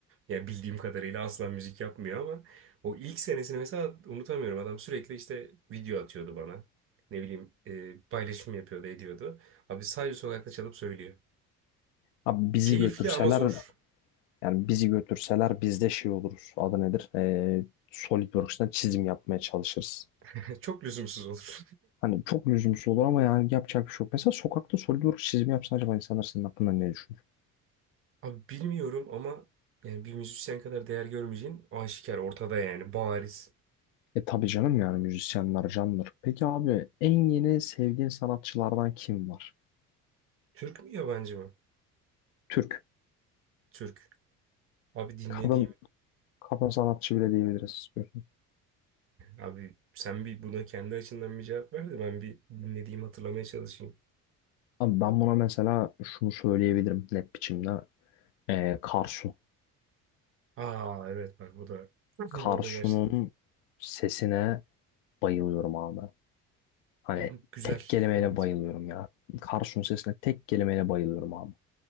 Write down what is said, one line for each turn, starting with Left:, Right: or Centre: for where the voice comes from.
Right: Yani bildiğim kadarıyla asla müzik yapmıyor ama o ilk senesini mesela unutamıyorum. Adam sürekli işte video atıyordu bana. Ne bileyim e, paylaşım yapıyordu, ediyordu. Abi sadece sokakta çalıp söylüyor.
Left: Abi bizi
Right: Keyifli
Left: götürseler
Right: ama zor.
Left: yani bizi götürseler biz de şey oluruz. Adı nedir? Ee, SolidWorks'tan çizim yapmaya çalışırız.
Right: <laughs> Çok lüzumsuz olur.
Left: Hani çok lüzumsuz olur ama yani yapacak bir şey yok. Mesela sokakta SolidWorks çizimi yapsan acaba insanlar senin hakkında ne düşünür?
Right: <laughs> Abi bilmiyorum ama yani bir müzisyen kadar değer görmeyeceğin aşikar ortada yani bariz.
Left: E tabii canım yani müzisyenler candır. Peki abi en yeni sevdiğin sanatçılardan kim var?
Right: Türk mü yabancı mı?
Left: Türk.
Right: Türk. Abi dinlediğim
Left: Kadın kadın sanatçı bile diyebiliriz istiyorsun.
Right: Abi sen bir buna kendi açından bir cevap ver de ben bir dinlediğimi hatırlamaya çalışayım.
Left: Abi ben buna mesela şunu söyleyebilirim net biçimde. Ee, Karsu.
Right: Aa evet bak bu da <laughs>
Left: Karsu'nun
Right: o da gerçekten.
Left: sesine bayılıyorum abi. Hani
Right: Abi güzel.
Left: tek kelimeyle
Right: Evet.
Left: bayılıyorum ya. Karsu'nun sesine tek kelimeyle bayılıyorum abi.